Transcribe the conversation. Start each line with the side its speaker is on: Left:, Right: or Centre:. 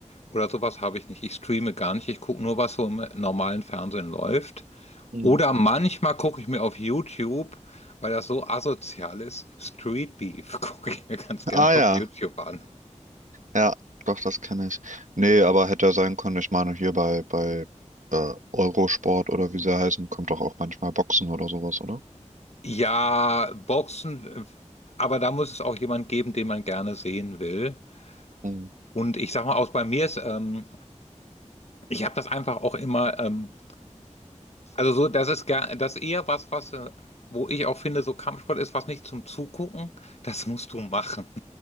Left: oder sowas habe ich nicht. Ich streame gar nicht. Ich gucke nur, was so im normalen Fernsehen läuft.
Right: Mhm.
Left: Oder manchmal gucke ich mir auf YouTube, weil das so asozial ist, Street Beef <laughs> gucke ich mir ganz gerne
Right: Ah ja.
Left: auf YouTube an.
Right: Ja, doch, das kenne ich. Nee, aber hätte ja sein können. Ich meine, hier bei, bei äh, Eurosport oder wie sie heißen, kommt doch auch manchmal Boxen oder sowas, oder?
Left: Ja, Boxen, äh, aber da muss es auch jemand geben, den man gerne sehen will.
Right: Mhm.
Left: Und ich sag mal, auch bei mir ist, ähm, ich habe das einfach auch immer ähm, Also so, das ist gar, das ist eher was, was, äh, wo ich auch finde, so Kampfsport ist was nicht zum Zugucken. Das musst du machen. <laughs>